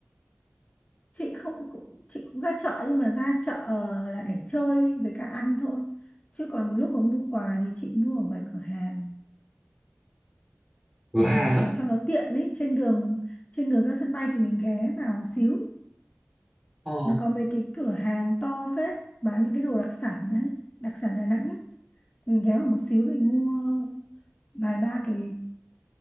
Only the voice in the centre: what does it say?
cửa
hàng
á
ờ.